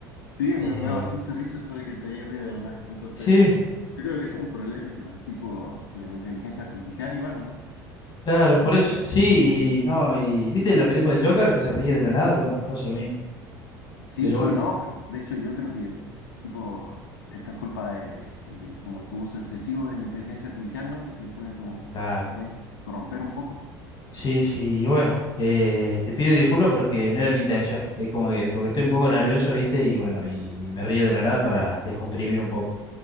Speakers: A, on the left (about 70°); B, on the left (about 35°).
A: Sí, me,
B: Eh,
A: me da bastante risa eso de que te hayas reído, la verdad. Entonces,
B: Sí,
A: yo creo que es un problema tipo de la inteligencia artificial igual, ¿no?
B: claro,
A: Como
B: por
A: que
B: eso. Sí, y no, y ¿viste la película del Joker que se ríe de la nada? Bueno, me pasa lo mismo.
A: sí,
B: Pero bueno,
A: no. De hecho, yo creo que tipo esto es culpa de, de como tu uso excesivo de la inteligencia artificial, ¿no? Que te puede como
B: claro.
A: eh, corromper un poco.
B: Sí, sí, y bueno, eh, te pido disculpas porque no era mi intención. Es como que, porque estoy un poco nervioso, ¿viste? Y bueno, y me río de la nada para descomprimir un poco.